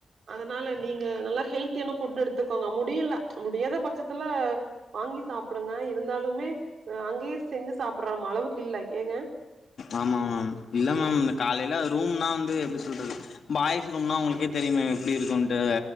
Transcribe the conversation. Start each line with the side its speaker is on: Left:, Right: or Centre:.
Right: அதனால நீங்க நல்லா ஹெல்த்தியான ஃபுட் எடுத்துக்கோங்க முடியல முடியாத பட்சத்துல வாங்கி சாப்பிடுங்க இருந்தாலுமே அங்கேயே செஞ்சு சாப்டுற நம்ம அளவுக்கு இல்ல ஏங்க
Left: ஆமா மேம் இல்ல மேம் இந்த காலையில அது ரூம்னா வந்து எப்டி சொல்றது பாய்ஸ் ரூம்னா உங்களுக்கே தெரியுமே எப்டி இருக்குட்டு